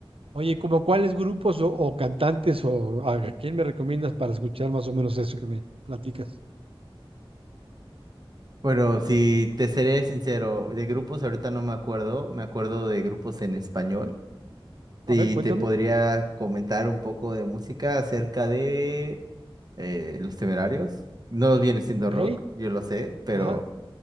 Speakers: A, on the right; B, on the right.
A: Oye, ¿como cuáles grupos o, o cantantes o a, a quién me recomiendas para escuchar más o menos eso que me platicas?
B: Bueno, si te seré sincero, de grupos ahorita no me acuerdo, me acuerdo de grupos en español y
A: A ver, cuéntame.
B: te podría comentar un poco de música acerca de eh, Los Temerarios. No viene siendo
A: Ok,
B: rock, yo lo sé, pero
A: ajá,